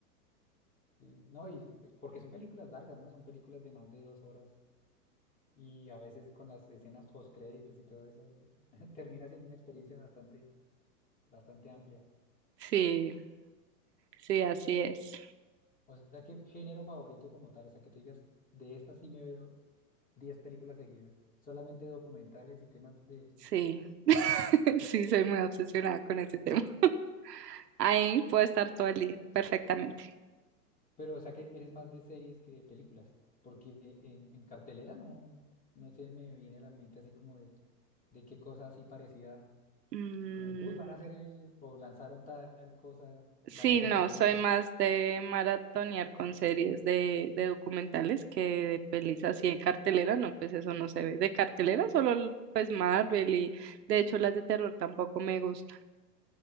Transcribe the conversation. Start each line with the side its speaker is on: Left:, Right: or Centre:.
Left: sí. No, y pe- porque son películas largas, ¿no? Son películas de más de dos horas. Y a veces con las escenas post créditos y todo eso, <laughs> termina siendo una experiencia bastante, bastante amplia.
Right: Sí, sí, así es.
Left: O sea, que género favorito como tal, o sea, que tú digas, de estas sí me veo 10 películas seguidas, solamente documentales y temas de...
Right: Sí. <laughs> Sí, soy muy obsesionada con ese tema. Ahí puedo estar todo el día, perfectamente.
Left: Pero, o sea, que eres más de series que de películas, porque en, en cartelera no, no se me viene a la mente así como de, de qué cosa así parecida,
Right: Mm,
Left: como de que, uy, van a hacer el, o lanzaron tal cosa, vamos
Right: Sí,
Left: a
Right: no,
Left: verla al cine.
Right: soy más de maratonear con series de, de documentales que de pelis así en cartelera, no, pues eso no se ve. De cartelera solo el- pues Marvel y de hecho las de terror tampoco me gustan,